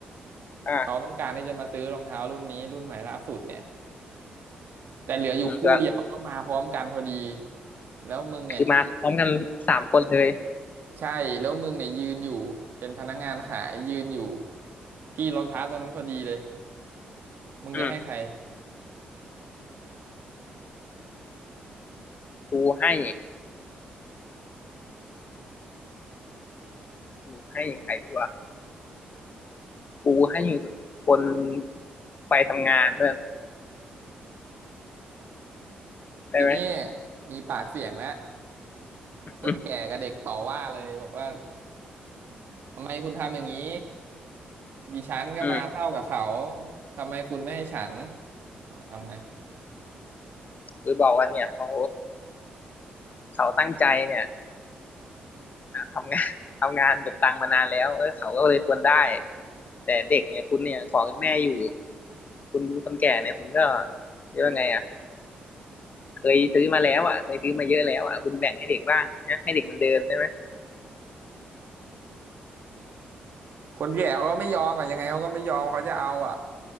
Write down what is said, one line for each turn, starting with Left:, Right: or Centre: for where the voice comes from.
Left: อ่า
Right: เขาต้องการที่จะมาซื้อรองเท้ารุ่นนี้รุ่นใหม่ล่าสุดเนี่ยแต่เหลืออยู่คู่เดียวแล้วมาพร้อมกันพอดี
Left: อืมเพื่อน
Right: แล้วมึงเนี่ย
Left: คือมาพร้อมกันสามคนเลย
Right: ใช่แล้วมึงเนี่ยยืนอยู่เป็นพนักงานขายยืนอยู่ที่รองเท้าตรงนั้นพอดีเลยมึงจะให้ใคร
Left: อืมกูให้กูให้ใครดีวะกูให้คนไปทำงานเพื่อนได้ไหม
Right: ทีเนี้ยมีปากเสียงแล้วคนแก่กับเด็กต่อว่าเลยบอกว่า
Left: อืม
Right: ทำไมคุณทำอย่างนี้ดิฉันก็มาเท่ากับเขา
Left: อืม
Right: ทำไมคุณไม่ให้ฉันเอาทำไง
Left: กูบอกว่าเนี่ยเขาเขาตั้งใจเนี่ยอ่ะทำงาน <laughs> ทำงานเก็บตังค์มานานแล้วเออเขาก็เลยควรได้แต่เด็กเนี่ยคุณเนี่ยขอเป็นแม่อยู่คุณคนแก่เนี่ยคุณก็เรียกว่าไงอ่ะเคยซื้อมาแล้วอ่ะเคยซื้อมาเยอะแล้วอ่ะคุณแบ่งให้เด็กบ้างนะให้เด็กมันเดินได้ไหม
Right: คนแก่เขาก็ไม่ยอมอ่ะยังไงเขาก็ไม่ยอมเขาจะเอาอ่ะ